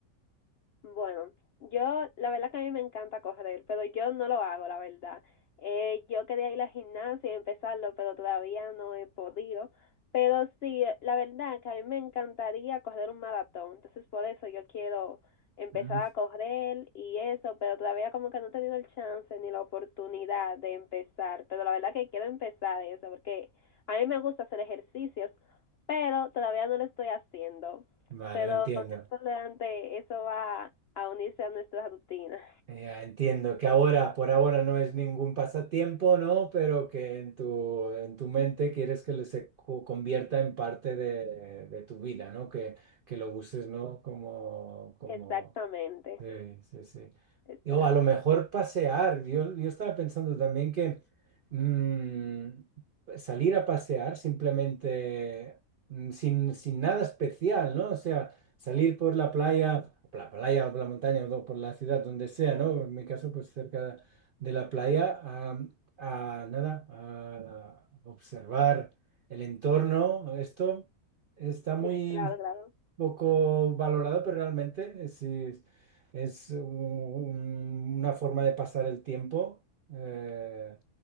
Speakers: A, on the left (about 70°); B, on the right (about 70°).
A: Bueno, yo, la verdad que a mí me encanta correr, pero yo no lo hago, la verdad. Eh, yo quería ir a la gimnasia y empezarlo, pero todavía no he podido. Pero sí, la verdad que a mí me encantaría correr un maratón, entonces por eso yo quiero empezar
B: Mm.
A: a correr y eso, pero todavía como que no he tenido el chance ni la oportunidad de empezar, pero la verdad que quiero empezar eso, porque a mí me gusta hacer ejercicios, pero todavía no lo estoy haciendo.
B: Vale,
A: Pero
B: entiendo.
A: con esto delante, eso va a unirse a nuestras rutinas.
B: Ya entiendo que ahora, por ahora, no es ningún pasatiempo, ¿no? Pero que en tu, en tu mente quieres que se co- convierta en parte de, de tu vida, ¿no? Que, que lo uses, ¿no? Como, como
A: Exactamente,
B: Sí, sí, sí.
A: exacto.
B: Y, O a lo mejor pasear. Yo, yo estaba pensando también que mm, salir a pasear simplemente mm, sin, sin nada especial, ¿no? O sea, salir por la playa, por la playa o por la montaña o por la ciudad, donde sea, ¿no? En mi caso, pues cerca de la playa, a, a nada, a observar el entorno. Esto está muy
A: Sí, claro, claro.
B: poco valorado, pero realmente es es un- una forma de pasar el tiempo eh,